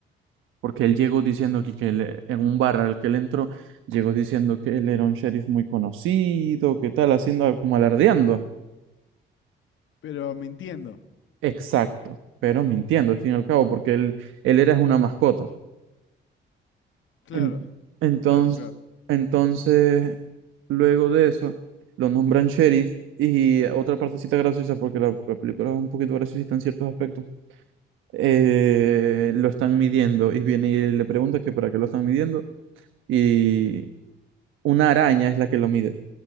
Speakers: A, on the right; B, on the left.
A: porque él llegó diciendo que, que él, en un bar al que él entró, llegó diciendo que él era un sheriff muy conocido, que tal, haciendo como alardeando.
B: Pero me entiendo.
A: Exacto, pero mintiendo al fin y al cabo, porque él, él era una mascota.
B: Claro,
A: En- entonces,
B: claro, claro.
A: entonces, luego de eso, lo nombran sheriff y otra partecita graciosa, porque la, la película es un poquito graciosita en ciertos aspectos, eh, lo están midiendo y viene y le pregunta que para qué lo están midiendo y una araña es la que lo mide.